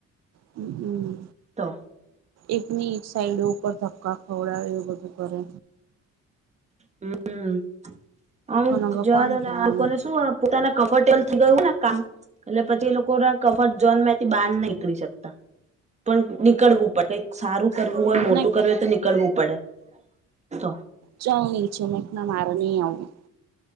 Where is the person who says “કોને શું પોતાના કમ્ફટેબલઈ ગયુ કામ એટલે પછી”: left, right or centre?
Right